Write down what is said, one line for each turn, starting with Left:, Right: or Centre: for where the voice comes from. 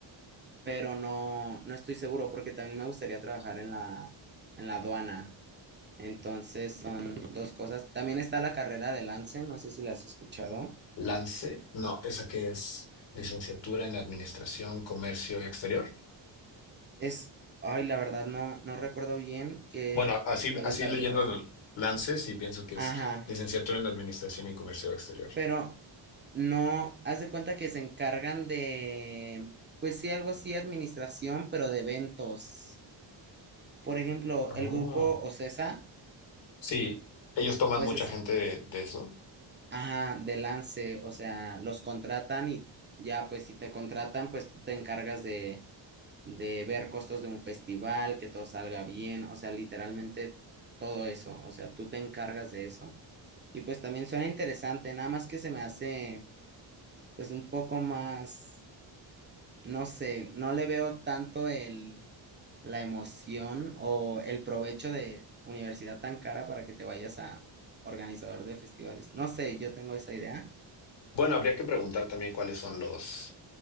Right: Pero no, no estoy seguro porque también me gustaría trabajar en la, en la aduana. Entonces son dos cosas. También está la carrera de Lance, no sé si la has escuchado.
Left: Lance, no, esa que es licenciatura en Administración, Comercio Exterior.
Right: Es, ay, la verdad no, no recuerdo bien que,
Left: Bueno, así,
Right: cuál
Left: así
Right: es la
Left: leyendo
Right: abreviación.
Left: lo- Lance, sí pienso que es
Right: Ajá,
Left: licenciatura en Administración y Comercio Exterior.
Right: pero no, haz de cuenta que se encargan de, pues sí, algo así, administración, pero de eventos. Por ejemplo,
Left: Ah,
Right: el grupo OCESA,
Left: sí, ellos toman
Right: pues
Left: mucha
Right: es,
Left: gente de, de eso.
Right: ajá, de Lance, o sea, los contratan y ya, pues si te contratan, pues tú te encargas de, de ver costos de un festival, que todo salga bien, o sea, literalmente todo eso, o sea, tú te encargas de eso. Y pues también suena interesante, nada más que se me hace pues un poco más, no sé, no le veo tanto el, la emoción o el provecho de universidad tan cara para que te vayas a organizador de festivales. No sé, yo tengo esa idea.
Left: Bueno, habría que preguntar también cuáles son los,